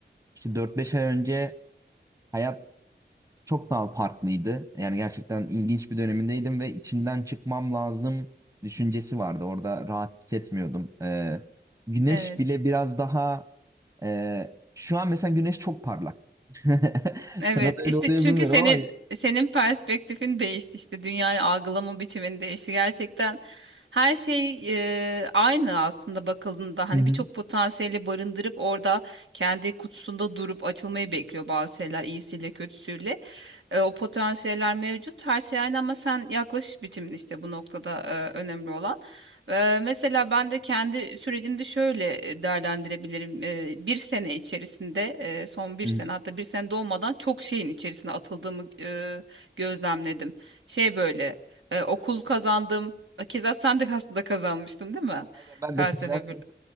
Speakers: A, on the right (about 15°); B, on the right (about 85°).
A: işte dört beş ay önce hayat çok daha farklıydı. Yani gerçekten ilginç bir dönemindeydim ve içinden çıkmam lazım düşüncesi vardı. Orada rahat hissetmiyordum. E, güneş
B: Evet.
A: bile biraz daha e, şu an mesela güneş çok parlak. <laughs>
B: Evet
A: Sana da
B: işte
A: öyle oluyor
B: çünkü
A: bilmiyorum
B: senin
A: ama. <laughs>
B: senin perspektifin değişti işte dünyayı algılama biçimin değişti gerçekten her şey e, aynı aslında bakıldığında hani
A: Hı hı.
B: birçok potansiyeli barındırıp orada kendi kutusunda durup açılmayı bekliyor bazı şeyler iyisiyle kötüsüyle E, o potansiyeller mevcut. Her şey aynı ama sen yaklaş biçimin işte bu noktada e, önemli olan. E, mesela ben de kendi sürecimde şöyle e, değerlendirebilirim. E, bir sene içerisinde, e, son bir
A: Hı
B: sene
A: hı.
B: hatta bir sene dolmadan çok şeyin içerisine atıldığımı e, gözlemledim. Şey böyle e, okul kazandım. Keza sen de aslında kazanmıştın değil mi?
A: Aynen ben
B: Felsefe
A: de kızartayım.
B: bölümü.